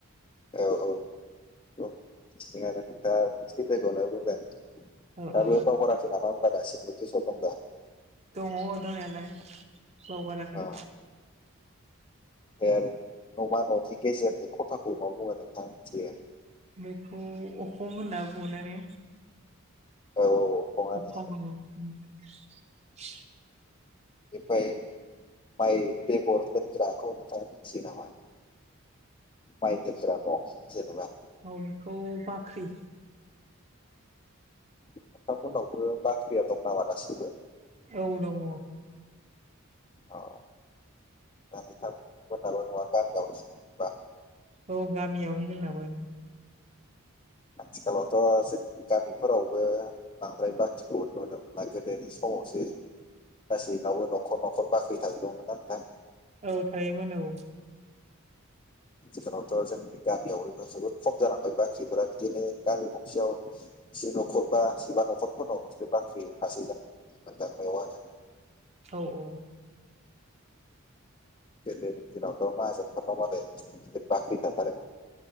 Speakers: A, on the left; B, on the right.
A: औ औ औ <unintelligible> नोंथाङा सैथोखौनो बुंदों। दाबो
B: औ औ
A: बावगाराखै नामा होमबा दासिमबो गोसोयाव दं दा?
B: दङ दंनायालाय बावगाराखै।
A: अ ओमफ्राय आरो न' मा न'नि गेजेरनि ख'थाखौ मा बुङो नोंथाङा मिथियो?
B: बेखौ अखं होनना बुङोदा ने?
A: औ औ
B: <unintelligible>
A: खङानो इनिफ्राय माइ बेगर दोनग्राखौ नोंथाङा मिथियो नामा? माइ दोनग्रा न' जेनबा?
B: औ बेखौ बाख्रि
A: नोंथां मोननावबो बाख्रिया दं नामा दासिमबो?
B: औ दङ
A: औ दा नोंथांमोननाबो न'आ गामियावनो होनबा?
B: औ गामियावनो जोंनाबो।
A: आथिखालावथ' जों गामिफोरावबो बांद्राय बाख्रिखौ नुनो मोनला गोदोनि सम यावसो गासैनावबो न'खर न'खर बाख्रि थाजोबोमोनना नोंथां?
B: औ थायोमोन औ
A: आथिखालावथ' जोंनि गामियाव जोबोद खम जालांबाय बाख्रिफोरा बिदिनो गामि गंसेयाव से न'खर बा जिबा सोरबा न'खरफोरनावल'सो बाख्रि थासिगोन मोनदांनायाव आरो।
B: औ औ
A: गोदोनि दिनावथ' माहाजोन फोरनावथ' मालाय गिदिर गिदिर बाख्रि थाथारोमोन।